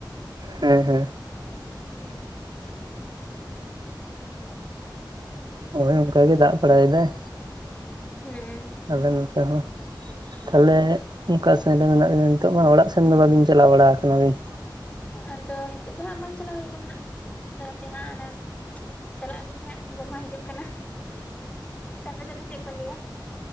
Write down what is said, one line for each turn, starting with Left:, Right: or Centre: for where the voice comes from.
Right: ᱦᱮᱸ ᱦᱮᱸ᱾
Left: ᱦᱩᱸ᱾ ᱦᱩᱸ
Right: ᱦᱚᱭ ᱚᱱᱠᱟ ᱜᱮ ᱫᱟᱜ ᱵᱟᱲᱟᱭ ᱮᱫᱟᱭ᱾
Left: ᱦᱮᱸ᱾
Right: ᱟᱞᱮ ᱱᱚᱛᱮ ᱦᱚᱸᱼᱼ ᱛᱟᱦᱞᱮ ᱚᱱᱠᱟ ᱥᱮᱱ ᱨᱮ ᱢᱮᱱᱟᱜ ᱵᱤᱱᱟ ᱱᱤᱛᱚᱜ ᱢᱟ ᱚᱲᱟᱜ ᱥᱮᱱ ᱫᱚ ᱵᱟᱵᱤᱱ ᱪᱟᱞᱟᱣ ᱵᱟᱲᱟᱣ ᱠᱟᱱᱟ ᱞᱤᱧ᱾
Left: ᱟᱫᱚ ᱦᱤᱛᱚᱜ ᱫᱚ ᱦᱟᱸᱜ ᱵᱟᱝ ᱪᱟᱞᱟᱣ ᱦᱩᱭ ᱠᱟᱱᱟ ᱦᱟᱸᱜ ᱟᱫᱚ ᱦᱟᱯᱮ ᱦᱟᱸᱜ ᱚᱱᱟᱼᱼ ᱪᱟᱞᱟᱜ ᱟᱹᱞᱤᱧ ᱦᱟᱸᱜ ᱜᱚᱢᱦᱟ ᱦᱤᱡᱩᱜ ᱠᱟᱱᱟ ᱥᱮ ᱟᱯᱮ ᱥᱮᱫ ᱫᱚ ᱪᱮᱫ ᱠᱚ ᱞᱟᱹᱭᱟ?